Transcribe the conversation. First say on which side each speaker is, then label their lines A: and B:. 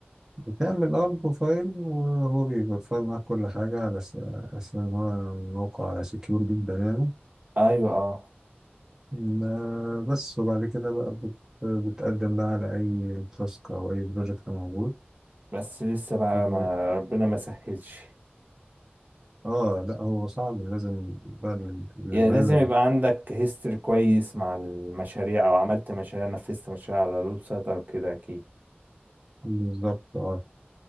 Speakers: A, on the right; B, on the right.
A: بتعمل اه بروفايل وهو بيفر معاك كل حاجة على أس- أساس إن هو موقع سكيور جدا يعني
B: ايوه اه
A: ما- بس وبعد كده بقى بت- بتقدم بقى على أي تاسك أو أي بروجكت موجود
B: بس لسه بقى
A: و-
B: ما ربنا ما سهلش
A: اه لا هو صعب لازم بقى اللي اللي
B: يعني
A: منزل
B: لازم يبقى عندك هيستوري كويس مع المشاريع او عملت مشاريع نفذت مشاريع على الويب سايت او كده اكيد
A: بالظبط اه